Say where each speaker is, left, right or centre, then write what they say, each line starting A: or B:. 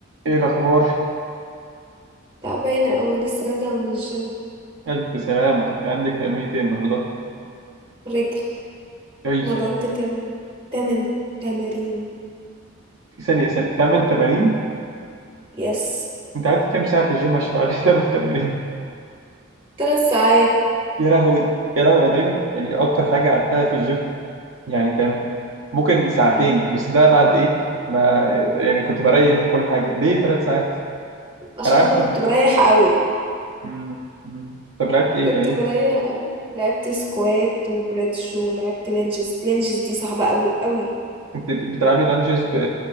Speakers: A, on the right; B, on the right.
A: ايه الاخبار
B: تعبانة أوي لسه راجعة من الجيم
A: الف سلامه كان عندك تمرين ايه النهارده
B: رجل
A: اي
B: مرنت تم تمن تمارين
A: في ثانيه ثانيه 8 تمارين
B: يس
A: انت قعدت كام ساعه في الجيم عشان تلعبي <laughs> 8 تمارين
B: تلات ساعات
A: يا لهوي يا لهوي انا تقريبا يعني اكتر حاجه قعدتها في الجيم يعني تمام ممكن ساعتين
B: كانت
A: بس ده بعد ايه ما يعني كنت بريح وكل حاجه ليه ثلاث ساعات
B: عشان
A: انا عارف
B: أنا
A: تم-
B: كنت بريح أوي
A: مم، مم. طب لعبت ايه
B: كنت
A: يعني إيه؟
B: بريح أوي لعبت سكوات وبريدج ولعبت لينجز لينجز دي صعبة أوي أوي
A: انت بتلعبي لانجز ب...